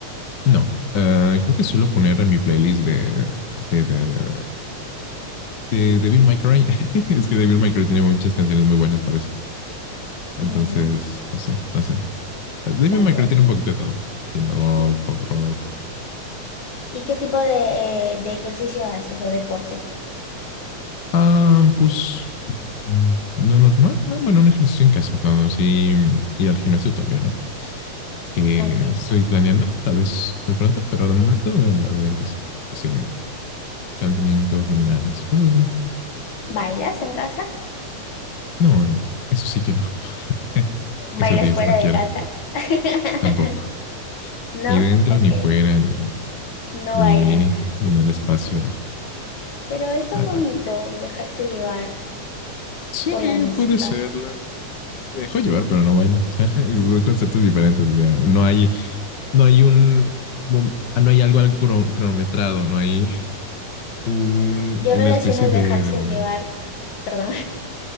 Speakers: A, on the left (about 45°); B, on the left (about 65°).
A: No. Eh, creo que suelo poner en mi playlist de, de, de, de, de Devil May Cry. <laughs> es que Devil May Cry tiene muchas canciones muy buenas para eso. Entonces,
B: Mm,
A: no sé, no sé. Devil
B: vale,
A: May Cry
B: ok.
A: tiene un poquito de todo. Tiene rock,
B: ¿Y,
A: pop rock.
B: y qué tipo de, eh, de ejercicio haces o deporte?
A: Ah, pues no normal. No, bueno, un ejercicio en casa. No, sí, ir al gimnasio todavía no. Eh,
B: Ok.
A: estoy planeando, tal vez muy pronto, pero de momento eh, algo en casa. Así, calentamiento, abdominales, cosas así.
B: ¿Bailas en casa?
A: No, no, eso sí que no. <laughs>
B: ¿Bailas
A: eso Dios
B: fuera
A: no quiera,
B: de casa? <laughs>
A: tampoco.
B: No,
A: Ni dentro,
B: ok.
A: ni fuera, ni
B: No
A: ni,
B: bailas.
A: ni en el espacio, no.
B: Pero es tan
A: No,
B: bonito
A: no, no.
B: dejarse llevar
A: Sí,
B: por la música.
A: puede serla. Me dejo llevar, pero no bailo. <laughs> O sea, esos son conceptos diferentes. O sea, no hay, no hay un, mom- ah, no hay algo al cron- cronometrado, no hay un,
B: Yo
A: una
B: relaciono
A: especie
B: el
A: de,
B: dejarse
A: de momento.
B: llevar, perdón,